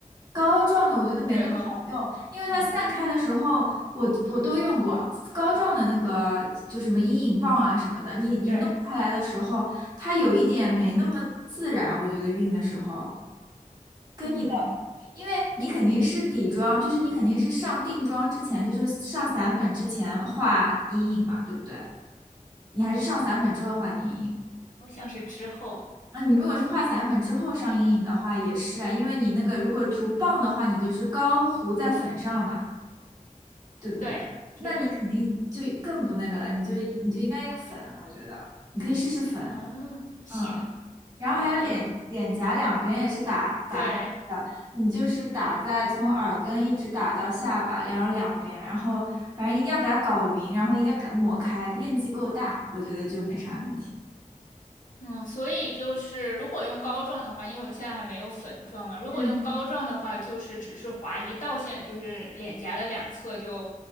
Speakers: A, on the right; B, on the left.
A: 膏状的我觉得没那么好用，
B: 对，膏状。
A: 因为它散开的时候，
B: 嗯，
A: 我我都用过膏状的那个，就什么阴影棒啊什么的，你你弄开来的时候，
B: 对，
A: 它有一点没那么自然，我觉得晕的时候跟你的，
B: 嗯，
A: 因为你肯定是底妆，就是你肯定是上定妆之前，就是上散粉之前画阴影嘛，对不对？你还是上散粉之后画阴影。
B: 好像是之后，
A: 那你如果是画散粉之后上阴影的话，也是啊，因为你那个如果涂棒的话，你就是膏糊在粉上嘛。对不对？
B: 对，是的，
A: 那你肯定就更不那个了，你就你就应该用粉，我觉得你可以试试粉，
B: 嗯，行，
A: 嗯，然后还有脸脸颊两边也是打打黑的，
B: 好的，对，
A: 你就是打在从耳根一直打到下巴，然后两边，然后反正一定要给它搞匀，然后一定要给它抹开，面积够大，我觉得就没啥问题。
B: 嗯，所以就是如果用膏状的话，因为我现在还没有粉状嘛，如果用膏状的话，
A: 嗯。
B: 就是只是划一道线，就是脸颊的两侧就